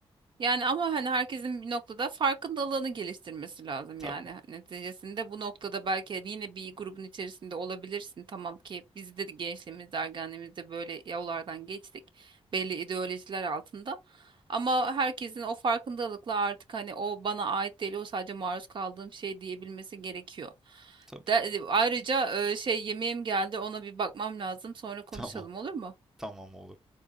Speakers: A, on the right; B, in the centre.
A: Yani ama hani herkesin bir noktada farkındalığını geliştirmesi lazım
B: Tabii,
A: yani. Hani Neticesinde bu noktada belki hani yine bir grubun içerisinde olabilirsin. Tamam ki biz de gençliğimizde, ergenliğimizde böyle yollardan geçtik. Belli ideolojiler altında. Ama herkesin o farkındalıkla artık hani o bana ait değil, o sadece maruz kaldığım şey diyebilmesi gerekiyor.
B: tabii.
A: De, e, ayrıca e, şey yemeğim geldi ona bir bakmam lazım. Sonra
B: <laughs>
A: konuşalım
B: Tamam,
A: olur mu?
B: tamam olur.